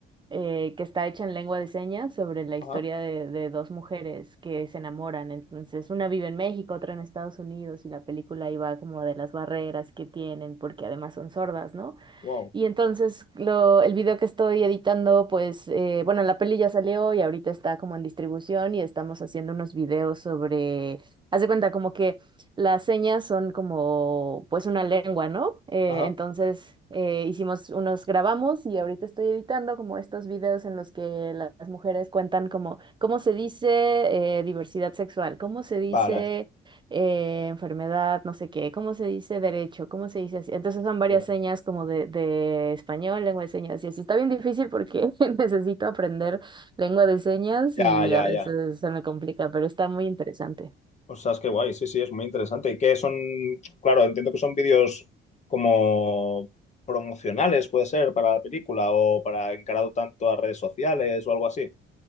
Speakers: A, on the right; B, on the left.
A: eh, que está hecha en lengua de señas sobre la historia
B: Ajá,
A: de, de dos mujeres que se enamoran. Entonces, una vive en México, otra en Estados Unidos, y la película iba como de las barreras que tienen, porque además son sordas, ¿no?
B: wow,
A: Y entonces lo, el video que estoy editando, pues, eh, bueno, la peli ya salió y ahorita está como en distribución y estamos haciendo unos videos sobre, haz de cuenta como que las señas son como, pues, una lengua, ¿no? Eh,
B: ajá,
A: entonces eh, hicimos unos, grabamos y ahorita estoy editando como estos videos en los que la- las mujeres cuentan como, ¿cómo se dice eh, diversidad sexual? ¿Cómo se dice
B: vale,
A: eh, enfermedad, no sé qué, ¿cómo se dice derecho? ¿Cómo se dice así? Entonces son varias
B: qué bueno.
A: señas como de, de español, lengua de señas, y así está bien difícil porque <laughs> necesito aprender lengua de señas
B: Ya,
A: y
B: ya,
A: a veces
B: ya.
A: se me complica, pero está muy interesante.
B: O sea, es que guay, sí, sí, es muy interesante. ¿Y qué son? Claro, entiendo que son vídeos como promocionales, puede ser, para la película o para encarado tanto a redes sociales o algo así.